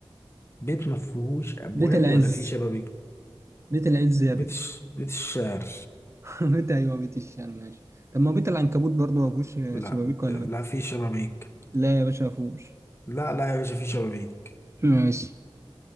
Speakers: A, on the left (about 25°); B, on the right (about 30°).
A: بيت ما فيهوش ابواب
B: بيت العز
A: ولا فيه شبابيك
B: بيت العز يا
A: بيت
B: بيت
A: الش... بيت الشعر
B: <laughs> بيت ايوه بيت الشعر ماشي طب ما بيت العنكبوت برضه ما فيهوش
A: لا
B: شبابيك ولا
A: لا فيه شبابيك
B: لا يا باشا ما فيهوش
A: لا لا يا باشا فيه شبابيك
B: ماشي